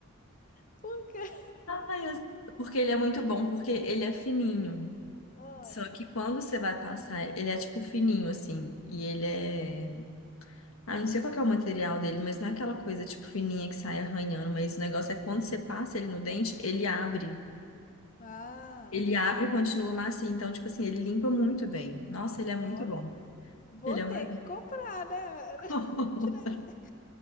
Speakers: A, on the left; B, on the left.
A: <laughs> Por quê?
B: Ai, eu- porque ele é muito bom, porque ele é fininho.
A: Ah,
B: Só que quando você vai passar, ele é tipo fininho assim, e ele é Ah, não sei qual que é o material dele, mas não é aquela coisa tipo fininha que sai arranhando, mas o negócio é quando você passa ele no dente, ele abre.
A: Ah,
B: Ele abre e continua macio. Então, tipo assim, ele limpa muito bem. Nossa, ele é muito
A: ó.
B: bom.
A: Vou
B: Ele
A: ter
B: é maravilhoso.
A: que comprar, né?
B: <laughs>
A: <laughs> Trazer.